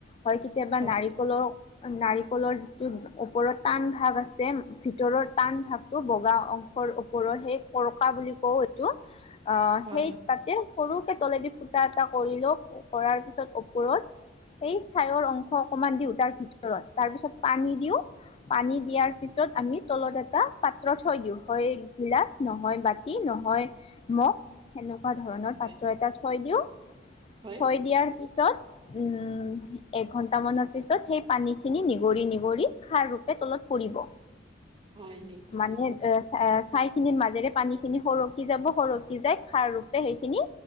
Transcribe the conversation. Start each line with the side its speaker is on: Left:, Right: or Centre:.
Left: হয় কেতিয়াবা
Right: হয়
Left: নাৰিকলৰ, নাৰিকলৰ যিটো ওপৰৰত টান ভাগ আছে। ভিতৰৰ টান ভাগটো বগা অংশৰ ওপৰৰ সেই কৰকা বুলি কওঁ এইটো। অ'
Right: হয়
Left: সেই
Right: হয়
Left: তাতে সৰু কে তেলেদি ফুটা এটা কৰিলো কৰাৰ পিছত ওপৰত ছাইৰ অংশ অকণমান দিওঁ তাৰ ভিতৰত তাৰপিছত পানী দিওঁ পানী দিয়াৰ পিছত আমি তলত এটা পাত্ৰ থৈ দিওঁ হয় গিলাচ নহয় বাতি নহয় মগ সেনেকুৱা ধৰণৰ
Right: হয় হয়
Left: পাত্ৰ এটা থৈ দিও
Right: হয়
Left: থৈ দিয়াৰ পিছত উম, এ ঘন্ট মানৰ পিছত সেই পানী খিনি নিগৰি, নিগৰি খাৰ ৰূপে তলত পৰিব।
Right: হয় নি?
Left: মানে এ চ ছাই খিনিৰ মাজেৰে পানী খিনি সৰকি যাব সৰকি যাই খাৰ ৰূপে সেইখিনি